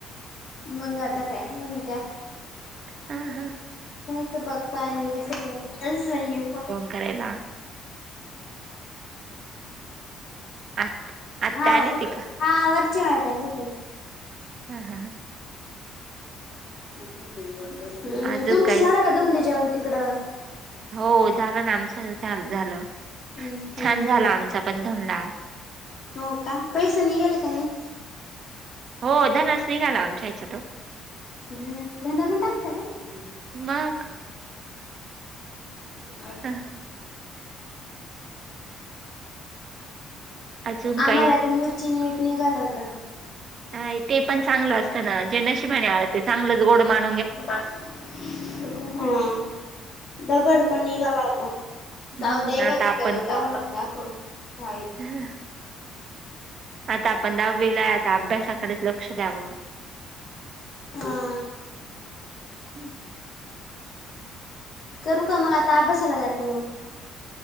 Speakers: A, on the left; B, on the right.
A: मंग आता कायं म्हणत्या
B: हा हा
A: कायं ते पकवांने सिलतरं
B: करेला आ आत्या
A: हांव
B: आली होती का
A: हां वर्ची माहीत आहे
B: हां हां
A: तुमचं
B: अजून काही
A: झालं कां दोंडे जेवणं तिकडं
B: हो झालं नां आमचं झालं
A: हम्म हम्म.
B: छान झालं आमचां पणं धोंडा
A: हो कां पैस निघाले की नाहीं
B: हो धनास निघाला आमच्यां ह्यांच्या तो
A: ध धना पणं टाकतां कायं
B: मंग
A: <unintelligible> <unintelligible>
B: हं, अजून
A: आम्हांला
B: काही
A: तरं मिर्ची नं मीठ निघालं होतं
B: नाही ते पणं चांगलं असतं नां जे नशिबाने आलं ते चांगलंच गोड मांन
A: हम्मं दगड पणं निघाला होता जाऊं
B: हम्म
A: दे एखादी
B: आता आपण
A: कविता म्हणूंन दाखव हांय
B: हं, आता आपणं दहावी लां आता अभ्यासांकडेच लक्ष द्यावं
A: हा
B: हम् <unintelligible>
A: करूं कां मंग आता अभ्यासांला जाते मंग मी